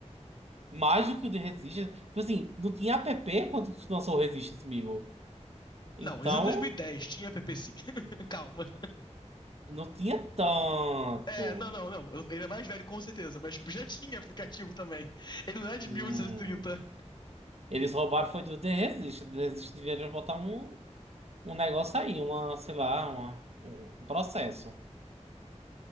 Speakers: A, on the right; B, on the left.
A: Mais do que o de Resistance. Tipo assim, não tinha app quando lançou o Resistance, amigo. Então,
B: Não, esse é 2010, tinha app sim. <laughs> Calma.
A: não tinha tanto.
B: É, não, não, não. Ele é mais velho com certeza, mas tipo, já <laughs> tinha aplicativo também. Ele não é de
A: Hum.
B: 1830.
A: Eles roubaram foi do The Resistance. The Resistance deveria botar um, um negócio aí, uma, sei lá, uma, um processo.